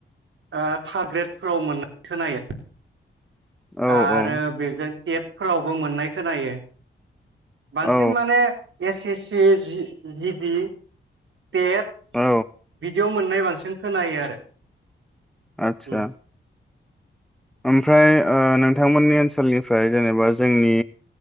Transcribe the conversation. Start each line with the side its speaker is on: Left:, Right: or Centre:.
Right: ओ थार ग्रेडफोराव मोननाय खोनायो
Centre: औ
Right: आरो
Centre: औ
Right: बेजों टेट फोरावबो मोननाय खोनायो बांसिन
Centre: औ
Right: माने एस एस सि जि जिडि टेट
Centre: औ
Right: बिदियाव' मोननाय बांसिन खोनायो आरो
Centre: आतसा
Right: उम
Centre: ओमफ्राय ओ नोंथांमोननि ओनसोलनिफ्राय जेनेबा जोंनि